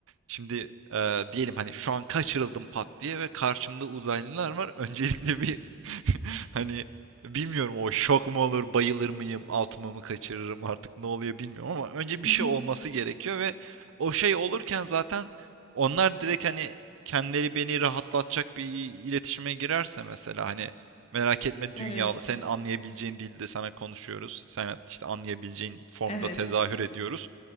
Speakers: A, on the right; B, on the left.
A: Şimdi e, diyelim hani şu an kaçırıldım pat diye ve karşımda uzaylılar var. Öncelikle bir <laughs> hani bilmiyorum o şok mu olur, bayılır mıyım, altıma mı kaçırırım artık ne oluyor bilmiyorum ama önce
B: <laughs>
A: bir şey olması gerekiyor ve o şey olurken zaten onlar direkt hani kendileri beni rahatlatacak bir iletişime girerse mesela hani merak etme dünyalı
B: Evet.
A: senin anlayabileceğin dilde sana konuşuyoruz. Sen işte anlayabileceğin formda
B: Evet.
A: tezahür ediyoruz.